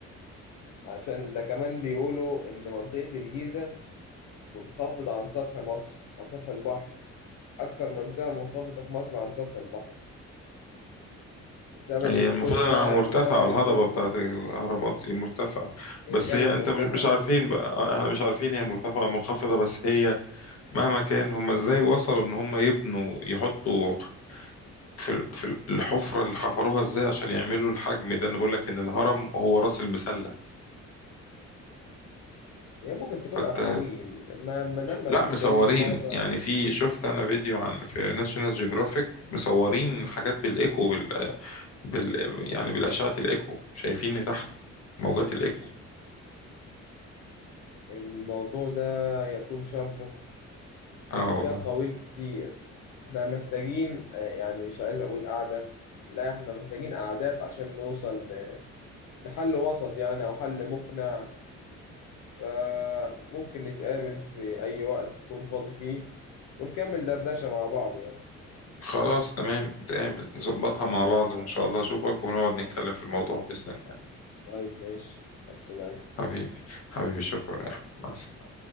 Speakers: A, on the left; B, on the left.
A: عشان ده كمان بيقولوا ان منطقه الجيزه منخفضه عن سطح مصر عن سطح البحر اكتر منطقه منخفضه في مصر عن سطح البحر بسبب
B: هي
A: الكتله
B: المفروض انها مرتفعة
A: بسبب الكتله
B: الهضبة بتاعت الاهرامات دي مرتفعة
A: هي
B: بس
A: كانت
B: هي انت
A: مرتفعه
B: مش مش عارفين بقى احنا مش عارفين هي مرتفعة أو منخفضة بس هي مهما كان هم ازاي وصلوا ان هم يبنوا يحطوا في في الحفرة اللي حفروها ازاي عشان يعملوا الحجم ده انا بقول لك ان الهرم هو راس المسلة
A: هي ممكن تكون
B: فانت
A: اقاويل ما ما دام ما
B: لا
A: فيش
B: مصورين
A: دليل قاطع
B: يعني في شفت انا فيديو عن في ناشونال جيوغرافيك مصورين حاجات بالايكو بال... بال... يعني بالاشعة الايكو شايفين تحت موجات الايكو
A: الموضوع ده يطول شرحه
B: اه والله
A: فيها قويل كتير احنا محتاجين آه، يعني مش عايز اقول قعدة لا احنا محتاجين قعدات عشان نوصل ل- لحل وسط يعني او حل مقنع فممكن نتقابل في اي وقت تكون فاضي فيه ونكمل دردشة مع بعض يعني
B: خلاص تمام نتقابل نظبطها مع بعض وإن شاء الله أشوفك ونقعد نتكلم في الموضوع بإذن الله
A: طيب ماشي السلام
B: حبيبي حبيبي شكرا يا أحمد مع السلامة